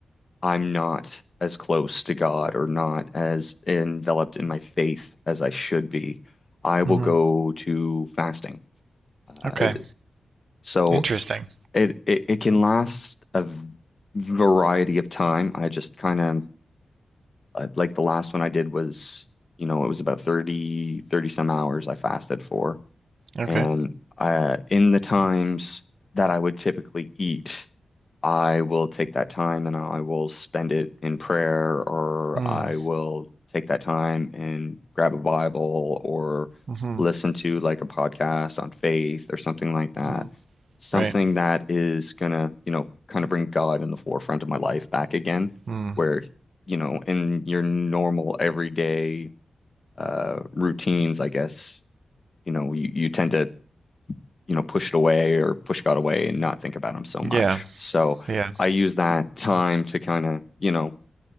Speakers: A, on the left; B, on the right.
A: I'm not as close to God or not as enveloped in my faith as I should be, I will
B: Mm-hmm.
A: go to fasting. Uh,
B: Okay.
A: so
B: Interesting.
A: it, it it can last a v- variety of time. I just kind of like the last one I did was, you know, it was about thirty 30 some hours I fasted for.
B: Okay.
A: And uh, in the times that I would typically eat, I will take that time and I will spend it in prayer, or
B: Mm.
A: I will take that time and grab a Bible or
B: Mm-hmm.
A: listen to like a podcast on faith or something like that.
B: Mm-hmm.
A: Something
B: Right.
A: that is gonna, you know, kind of bring God in the forefront of my life back again,
B: Mm.
A: where, you know, in your normal everyday uh routines, I guess, you know, you, you tend to you know, push it away or push God away and not think about him so much.
B: Yeah.
A: So
B: Yeah.
A: I use that time to kind of, you know,